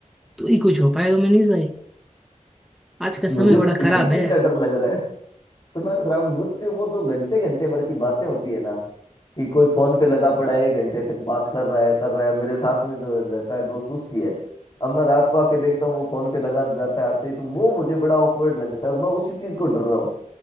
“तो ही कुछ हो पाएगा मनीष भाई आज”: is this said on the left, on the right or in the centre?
Centre